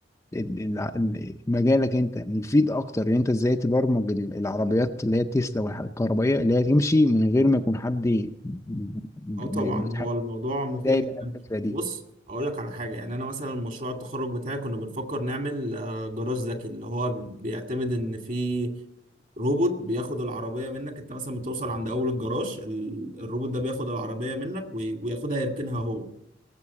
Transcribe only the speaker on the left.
ال- ال- ال- مجالك انت مفيد اكتر ان انت ازاي تبرمج ال- العربيات اللي هي التسلا والكهربائيه اللي هي تمشي من غير ما يكون حد ي- ب-
متحكم
ازاي
بقى الفكره دي